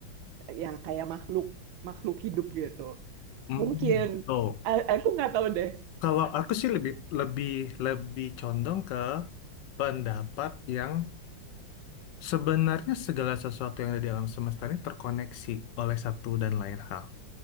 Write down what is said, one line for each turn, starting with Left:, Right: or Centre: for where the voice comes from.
Right: ya kayak makhluk makhluk hidup gitu
Left: hmm,
Right: mungkin
Left: tuh.
Right: A- aku nggak tahu deh
Left: Kalau aku sih lebih lebih lebih condong pendapat yang sebenarnya segala sesuatu yang ada di alam semesta ini terkoneksi oleh satu dan lain hal.